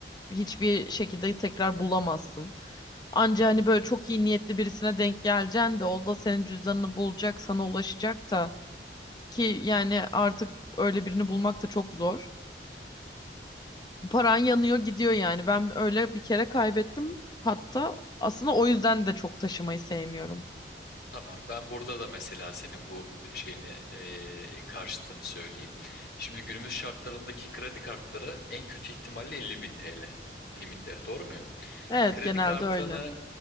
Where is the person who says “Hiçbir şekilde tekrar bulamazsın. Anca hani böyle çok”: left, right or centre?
Left